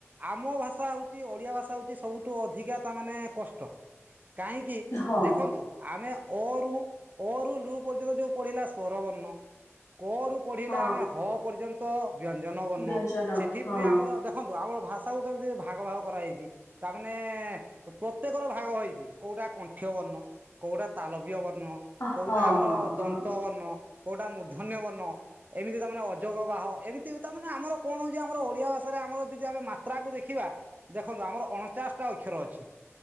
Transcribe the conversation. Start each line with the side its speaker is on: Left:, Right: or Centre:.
Right: ଆମ ଭାଷା ହଉଛି ଓଡିଆ ଭାଷା ହଉଛି ସବୁଠୁ ଅଧିକା ତା ମାନେ କଷ୍ଟ। କାହିଁକି
Left: ହଁ
Right: ଦେଖନ୍ତୁ ଆମେ? ଅରୁ ଅରୁ ଲୁ ପର୍ଯ୍ୟନ୍ତ ଯୋଉ ପଢିଲା ସଵରବର୍ଣ୍ଣ। କ ରୁ ପଢିଲା
Left: ହଁ
Right: ଆମେ ହ ପର୍ଯ୍ୟନ୍ତ ବ୍ୟଞ୍ଜନ ବର୍ଣ୍ଣ
Left: ବ୍ୟଞ୍ଜନ
Right: ସେଠି
Left: ହଁ
Right: ପୁଣି ଆମର ଦେଖନ୍ତୁ ଆ ଭାଷାକୁ କେମିତି ଭାଗ ଭାଗ କରାହେଇଛି। ତାମାନେ ପ୍ରତ୍ୟେକର ଭାଗ ହେଇଛି କୋଉଟା କଣ୍ଠି ମୁ୍ୟ ବର୍ଣ୍ଣ କୋଉଟା ତାଲବୀୟ ବର୍ଣ୍ଣ
Left: ହଁ
Right: କୋଉଟା ଆମର
Left: ହଁ ହଁ
Right: ଦନ୍ତ ବର୍ଣ୍ଣ। କୋଉଟା ମୂଧନ୍ୟ ବର୍ଣ୍ଣ ଏମିତି ତାମାନେେ ଅଜଗ ବାହ ଏମିତି ତା ମାନେ ଆମର କଣ? ଯ ଆମର ଓଡିଆ ଭାଷାରେ ଆମର ଯଦି ଆମେ ମାତ୍ରାକୁ ଦେଖିବା ଦେଖନ୍ତୁ ଆମର ଅଣଚାଶ ଟା ଅକ୍ଷର ଅଛି।